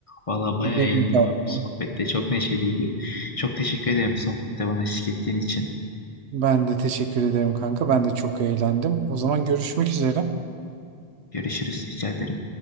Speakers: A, on the left; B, on the right.
A: Valla bayağı
B: Bilmiyorum.
A: eğlendim ben bu sohbette. Çok neşeliydi. Çok teşekkür ederim sohbette bana eşlik ettiğin için.
B: Ben de teşekkür ederim kanka. Ben de çok eğlendim. O zaman görüşmek üzere.
A: Görüşürüz rica ederim.